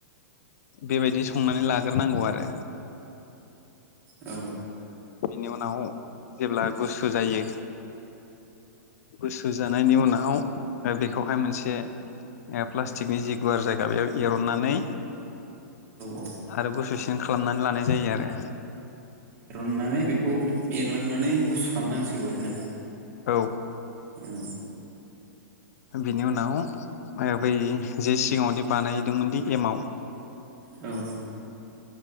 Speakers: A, on the left (about 60°); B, on the right (about 25°).
A: बेबायदि संनानै लाग्रोनांगौ आरो
B: औ
A: बिनि उनाव जेब्ला गुसु जायो गुसु जानायनि उनाव बेखौहाय मोनसे प्लास्टिकनि जि गुवार जायगा बेयाव एरननानै
B: औ
A: आरो गुसुसिन खालामनानै लानाय जायो आरो
B: नानै बेखौ एग्लांनानै गुसु खालामनांसिगौ आरोना
A: औ
B: औ
A: बिनि उनाव बै जे सिगाङावदि बानायदोंमोनदि एमाव
B: औ